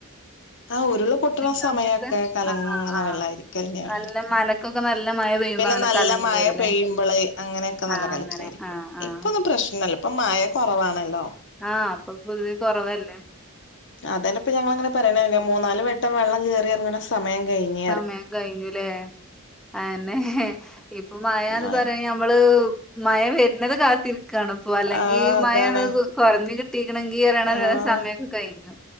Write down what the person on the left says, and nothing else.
ആ ഉരുള് പൊട്ടണ സമയമൊക്കെ
കലങ്ങണ
വെള്ളായിരിക്കും കലങ്ങിയ വെള്ളായിരിക്കും
പിന്നെ
നല്ല
മഴ
പെയ്യുമ്പള് അങ്ങനെയൊക്കെ
നല്ല കലക്കായിരിക്കും
ഇപ്പൊന്നും പ്രശ്നല്ല പ്പൊ മഴ കുറവാണല്ലോ
അതെപ്പോ ഞങ്ങൾങ്ങന പറയണ മൂന്നാല് വട്ടം വെള്ളം കയറിയിറങ്ങണെസമയ സമയംകഴിഞ്ഞ്
മഴ
ആഹ് അതാണ്
ആഹ്